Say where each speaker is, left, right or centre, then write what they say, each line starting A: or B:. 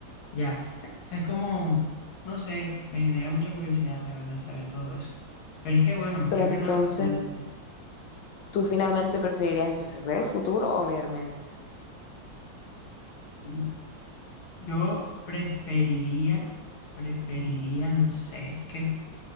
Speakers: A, on the left; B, on the left.
A: Ya, o sea, es como, no sé, me genera mucha curiosidad, la verdad, saber todo eso. Pero es que, bueno,
B: Pero
A: es
B: entonces...
A: verdad lo que tú-
B: ¿Tú finalmente preferirías entonces ver el futuro o leer mentes?
A: Ujú. Yo preferiría, preferiría, no sé, es que,